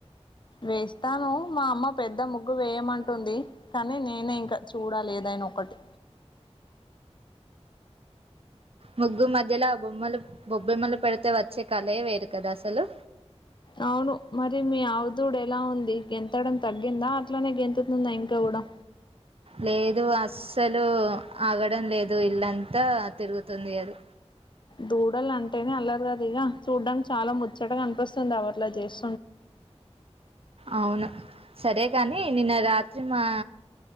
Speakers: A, on the left; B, on the right.
A: వేస్తాను మా అమ్మ పెద్ద ముగ్గు వేయమంటుంది కానీ నేనే ఇంకా చూడాలి ఏదైన ఒకటి
B: ముగ్గు మధ్యలో బొమ్మలు బొబ్బమ్మలు పెడితే వచ్చే కళే వేరు కదా అసలు
A: అవును మరి మీ ఆవుదూడ ఎలా ఉంది గెంతడం తగ్గిందా అట్లానే గెంతుతుందా ఇంకా గుడా
B: లేదు అస్సలు ఆగడం లేదు ఇల్లంతా తిరుగుతుంది అది
A: దూడల్ అంటేనే అల్లర్ గదిగ చూడ్డానికి చాలా ముచ్చటగా అనిపిస్తుంది అవర్లా చేసి
B: అవును సరే కానీ నిన్న రాత్రి మా